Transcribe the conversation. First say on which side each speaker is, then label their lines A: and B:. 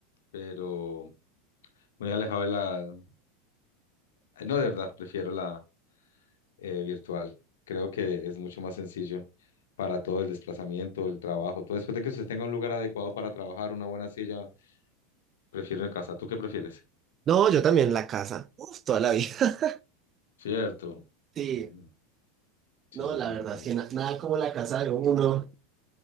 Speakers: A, on the left; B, on the right.
A: pero muy alejado de la... eh, No, de verdad, prefiero la eh, virtual. Creo que es mucho más sencillo para todo el desplazamiento, el trabajo, todo. Después de que usted tenga un lugar adecuado para trabajar, una buena silla, prefiero en casa. ¿Tú qué prefieres?
B: No, yo también en la casa. Uf, toda la vida. <laughs>
A: Cierto.
B: Sí,
A: Mm, Sí,
B: no,
A: sí,
B: la
A: sí,
B: verdad
A: yo también.
B: es que na- nada como la casa de uno.